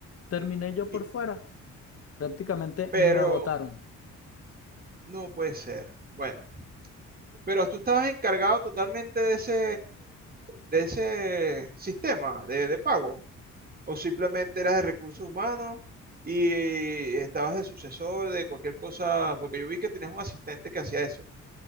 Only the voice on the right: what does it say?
Y-
pero
no puede ser. Bueno, pero tú estabas encargado totalmente de ese, de ese sistema de, de pago o simplemente eras de recursos humanos. Y estabas de sucesor de cualquier cosa, porque yo vi que tenías un asistente que hacía eso.